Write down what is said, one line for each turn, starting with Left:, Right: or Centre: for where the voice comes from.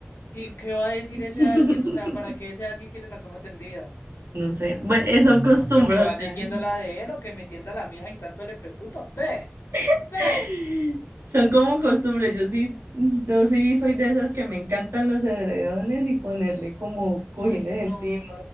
Left: ¿Y qué va a decir
Right: <laughs>
Left: ese alguien? O sea, ¿para qué ese alguien quiere la cama tendida?
Right: no sé, bueno, eh, son costumbres,
Left: No, pues que vaya
Right: o sea,
Left: y tienda la de él o que me tienda la mía y tanto le preocupa. ¡Ve! ¡Ve!
Right: <laughs> son como costumbres. Yo sí, yo sí soy de esas que me encantan los edredones y ponerle como cojines
Left: Ay, no.
Right: encima.